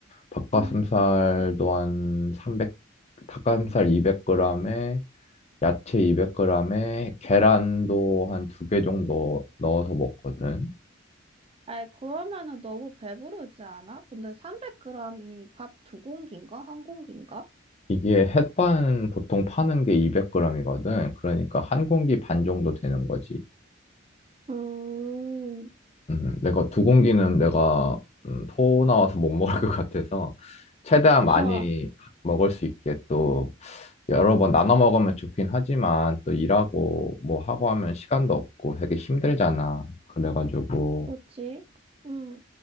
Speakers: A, on the left (about 35°); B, on the right (about 30°).
A: 닭가슴살도
B: 음.
A: 한 300, 닭가슴살 200g에 야채 200g에 계란도 한 두 개 정도 넣어서 먹거든.
B: 아이, 그러면은 너무 배부르지 않아? 근데 300g이 밥 두 공기인가? 한 공기인가?
A: 이게 햇반 보통 파는 게 200g이거든. 그러니까 한 공기 반 정도 되는 거지.
B: 음,
A: 음, 내가 두 공기는 내가 음, 토 나와서 못 먹을 것 같아서 최대한 많이
B: 하,
A: 먹을 수 있게 또 여러 번 나눠 먹으면 좋긴 하지만 또 일하고 뭐 하고 하면 시간도 없고 되게 힘들잖아. 그래가지고
B: 뭐지? 음,